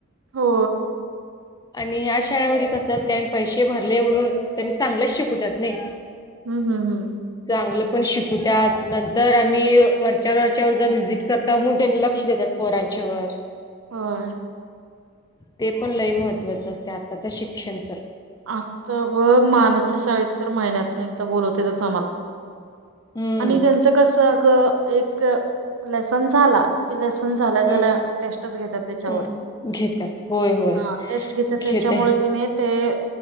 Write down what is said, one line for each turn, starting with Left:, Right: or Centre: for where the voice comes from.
Right: हो
Left: आणि ह्या शाळेमध्ये कसं असते पैसे भरले बोलून त्यांनी चांगलंच शिकवतात नाही
Right: हम् हम हम्
Left: चांगलं पण शिकूतत नंतर आम्ही वरच्या वरच्यावर जर वि्हजिट कर का मून त्यांनी लक्ष देतात पोरांच्यावर
Right: ह
Left: ते पण लय महत्त्वाचं असते आताच शिक्षण तर.
Right: आता बघ मानाच्या शाळेत तर महिन्यात नाही एकदा बोलवतते त्याच आम्हाला.
Left: हम्म
Right: आणि त्यांचं कस अग एक लेसन झाला कि लसन झालंय झाल्या
Left: हम्म
Right: टेस्टच घेतात त्याच्यावर.
Left: हम्म घेतात होय होय
Right: हा टेस्ट घेत
Left: घेतय
Right: त्याच्यामुळे कि नाही ते